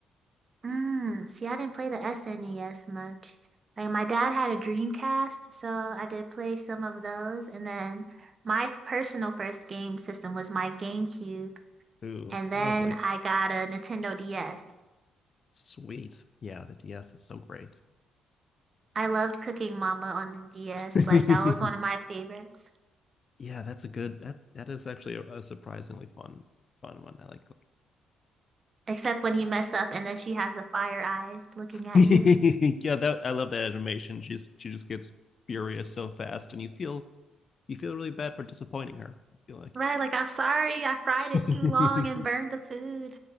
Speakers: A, on the right; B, on the left.
A: Mm, see, I didn't play the SNES much. Like my dad had a Dreamcast, so I did play some of those. And then my personal first game system was my GameCube,
B: Ooh,
A: and then
B: lovely.
A: I got a Nintendo DS.
B: Sweet. Yeah, the DS is so great.
A: I loved Cooking Mama on the DS.
B: <laughs>
A: Like that was one of my favorites.
B: Yeah, that's a good that that is actually a, a surprisingly fun fun one. I like
A: Except when you mess up and then she has the fire eyes looking at
B: cooking.
A: you.
B: <laughs> Yeah, that I love that animation. She just she just gets furious so fast and you feel you feel really bad for disappointing her. I feel
A: Right, like I'm sorry, I fried it
B: like <laughs>
A: too long and burned the food.